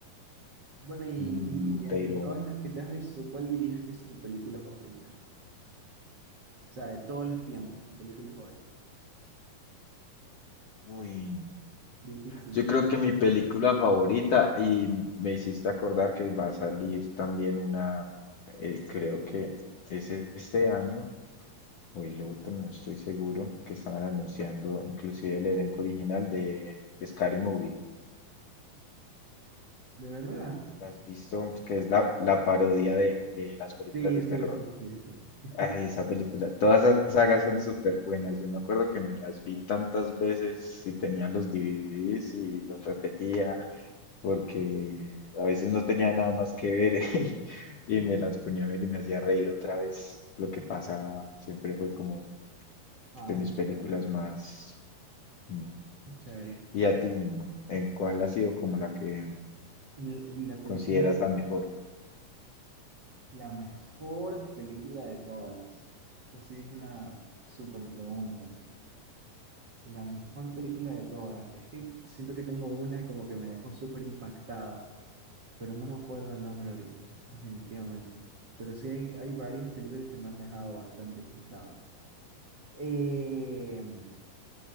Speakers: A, on the right; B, on the left.
A: Bueno, y,
B: Mm,
A: y entre
B: Pero
A: todas las que te has visto, ¿cuál dirías que es tu película favorita? O sea, de todos los tiempos, tu película favorita.
B: muy,
A: Difícil.
B: Yo creo que mi película favorita, y me hiciste acordar que va a salir también una, eh, creo que es este año o el otro, no estoy seguro, que estaban anunciando inclusive el elenco original de Scary Movie.
A: ¿De verdad?
B: ¿La has visto? Que es la, la parodia de eh, las películas
A: Sí,
B: de
A: sí,
B: terror.
A: sí, sí, sí.
B: Ay, esa película, todas esas sagas son súper buenas. Yo me acuerdo que me las vi tantas veces si tenía los DVDs y los repetía. porque a veces no tenía nada más que ver <laughs> y
A: <laughs>
B: me las ponía a ver y me hacía reír otra vez lo que pasaba. Siempre fue como
A: Ay,
B: de mis
A: qué
B: películas
A: chévere,
B: más... mm.
A: qué chévere.
B: ¿Y a ti, en cuál ha sido como la que
A: Y la y la película,
B: consideras la mejor?
A: la mejor película de todas. Esa sí es una súper pregunta. La mejor película de todas. Es que siento que tengo una como que me dejó súper impactado, pero no me acuerdo el nombre ahorita, definitivamente. Pero sí hay, hay varias películas que me han dejado bastante impactado. Eh,